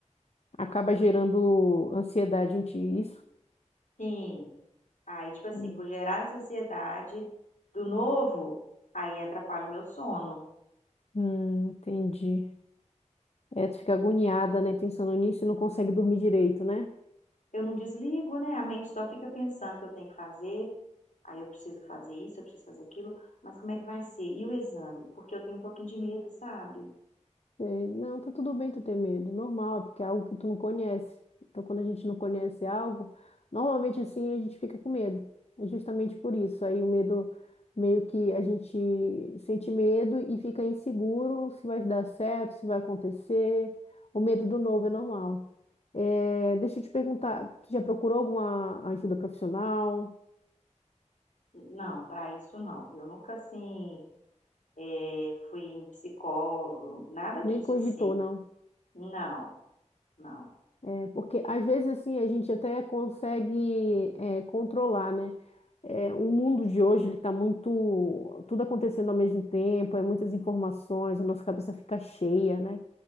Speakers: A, on the left (about 60°); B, on the left (about 80°).
A: acaba gerando ansiedade em ti, isso?
B: Sim. Aí, tipo assim,
A: Hum,
B: por gerar essa ansiedade do novo, aí atrapalha o meu sono.
A: Hum, entendi. É, tu fica agoniada, né, pensando nisso e não consegue dormir direito, né?
B: Eu não desligo, né? A mente só fica pensando que eu tenho que fazer, aí eu preciso fazer isso, eu preciso fazer aquilo, mas como é que vai ser? E o exame? Porque eu tenho um pouquinho de medo, sabe?
A: Sei. Não, tá tudo bem tu ter medo, normal, é porque é algo que tu não conhece. Então, quando a gente não conhece algo, normalmente assim a gente fica com medo. É justamente por isso. Aí o medo, meio que a gente sente medo e fica inseguro se vai dar certo, se vai acontecer. O medo do novo é normal. É, deixa eu te perguntar, tu já procurou alguma ajuda profissional?
B: Não, para isso não. Eu nunca assim é, fui em psicólogo, nada
A: Nem
B: disso
A: cogitou,
B: assim.
A: não?
B: Não, não.
A: É, porque às vezes assim a gente até consegue é, controlar, né? É, o mundo de hoje ele está muito tudo acontecendo ao mesmo tempo, é muitas informações, a nossa cabeça fica cheia, né?